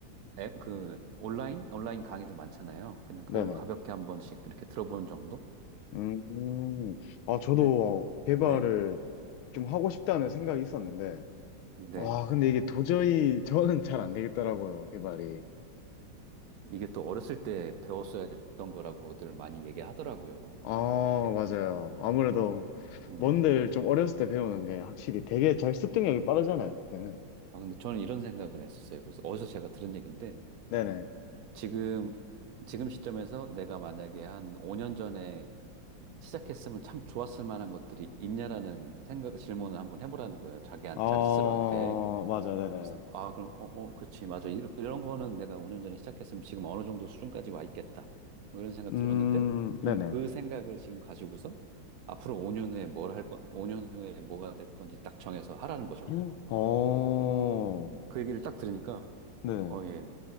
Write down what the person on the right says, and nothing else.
앱 그 온라인 온라인 강의들 많잖아요. 그냥 그런
거 가볍게 한 번씩 이렇게 들어보는 정도?
근데
네.
네.
이게 또 어렸을 때 배웠어야 됐던 거라고들 많이 얘기하더라고요.
네.
네.
아, 근데 저는 이런 생각을 했었어요. 그래서 어디서 제가 들은 얘기인데,
지금, 지금 시점에서 내가 만약에 한 5년 전에 시작했으면 참 좋았을 만한 것들이 있냐라는 생각, 질문을 한번 해보라는 거예요. 자기,
자기 스스로한테.
그래서 아 그럼 어, 어 그렇지 맞아 이런 런 거는 내가 5년 전에 시작했으면 지금 어느 정도 수준까지 와 있겠다 뭐 이런 생각
들었는데 그럼
그 생각을 지금 가지고서 앞으로 5년 후에 뭘 할 거, 5년 후에 뭐가 될 건지 딱 정해서 하라는 거죠.
그 얘기를 딱 들으니까
어 예